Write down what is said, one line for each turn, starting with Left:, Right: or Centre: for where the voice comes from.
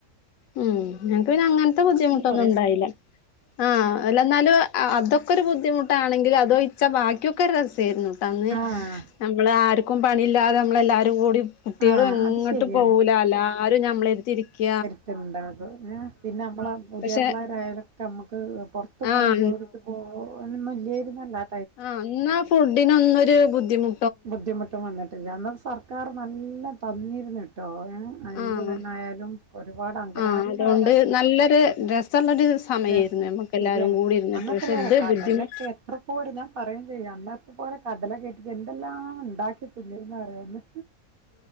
Left: ഉം ഞങക്ക് പിന്നെ അങ്ങനത്തെ ബുദ്ധിമുട്ടൊന്നും
Right: പറയാം
Left: ഉണ്ടായില ആഹ് അല്ല എന്നാലും അതൊക്കെ ഒരു ബുദ്ധിമുട്ടാണെങ്കിലും അതോയ് ച്ച ബാക്കിയൊക്കെ രസേരുന്നുട്ട അന്ന്
Right: ആഹ്
Left: നമ്മള് ആര്ക്കും പണിയില്ലാതെ നമ്മളെല്ലാവരും കൂടി കുട്ടികളും
Right: ആഹ്
Left: എങ്ങട്ടും
Right: അത് ശരിയാണ്
Left: പോവൂല എല്ലാരും ഞമ്മളെര്തിരിക്ക
Right: റ്റ്ണ്ടാകും ഏ പിന്നെ നമ്മളെ പുതിയാപ്പളാരായിലൊക്കെ
Left: പക്ഷെ
Right: ഞമ്മക്ക് പുറത്ത്പോയി
Left: ആഹ്
Right: ജോലിക്ക് പോവലൊന്നുല്യേര്ന്നല്ല
Left: ആ ഇന്നാ ഫുഡിനൊന്നൊരു ബുദ്ധിമു
Right: ബുദ്ധിമുട്ടും വന്നിട്ടില്ല അന്നത്തെ സർക്കാർ നല്ലം തന്നിര്ന്ന്ട്ടോ ഏ അഎന്ത്
Left: ആഹ്
Right: തന്നെ ആയാലും ഒരുപാട് അംഗനവാടീന്നായാലൊക്കെ
Left: ആഹ് അതുകൊണ്ട് നല്ലൊരു രസള്ളൊരു സമയായിരുന്നു
Right: രസം
Left: ഞമ്മക്ക്
Right: ശരിയാണ്
Left: എല്ലാരും കൂടി ഇരുന്നിട്ട്
Right: അന്നൊക്കെല്ലേ
Left: പക്ഷെ ഇത്
Right: കടലൊക്കെ
Left: ബുദ്ധിമു
Right: എത്ര പോര ഞാൻ പറയും ചെയ്യും അന്ന ഇത് പോലെ കടലക്കേട്ടിട്ട് എന്തെല്ലാം ഇണ്ടാക്കി തിന്നീര്ന്നു ഓരോന്ന്